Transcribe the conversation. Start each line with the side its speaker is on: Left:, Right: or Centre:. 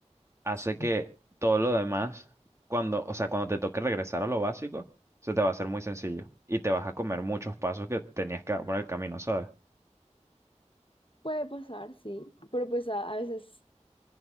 Right: hace
Left: Sí.
Right: que todo lo demás, cuando, o sea, cuando te toque regresar a lo básico, se te va a hacer muy sencillo y te vas a comer muchos pasos que tenías que dar por el camino, ¿sabes?
Left: Puede pasar, sí, pero pues a, a veces